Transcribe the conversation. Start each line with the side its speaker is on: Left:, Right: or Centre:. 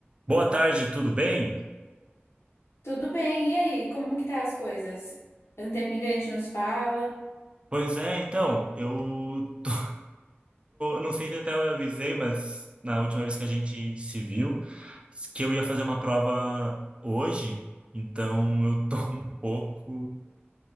Right: Boa tarde, tudo bem?
Left: Tudo bem, e aí? Como que tá as coisas? Faz um tempinho que a gente nos fala.
Right: Pois é, então, eu tô, não sei se eu até eu avisei, mas na última vez que a gente se viu, que eu ia fazer uma prova hoje, então eu tô <laughs> um pouco,